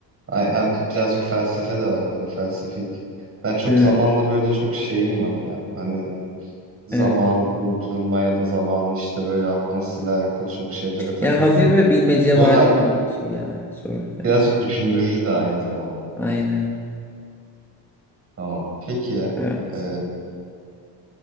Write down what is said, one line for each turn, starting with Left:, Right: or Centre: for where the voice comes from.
Right: ay- hem birazcık felsefe de var böyle felsefik. Ben çok
Centre: Evet.
Right: zamanla böyle çok şeyim var ya. Hani zamanı
Centre: Evet.
Right: durdurma ya da zamanın işte böyle akmasıyla alakalı çok şeylere takılırım.
Centre: Ya hafif böyle bilmecevari
Right: Bu ha-
Centre: bir şey ya soru.
Right: birazcık
Centre: Evet.
Right: düşündürücü de aynı zamanda.
Centre: Aynen.
Right: Tamam. Peki
Centre: Evet.
Right: e,